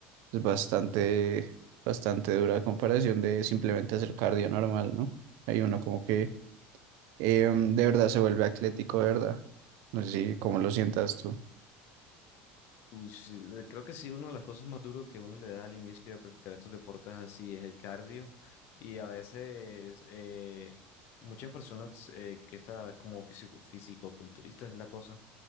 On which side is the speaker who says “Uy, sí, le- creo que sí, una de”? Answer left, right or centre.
Left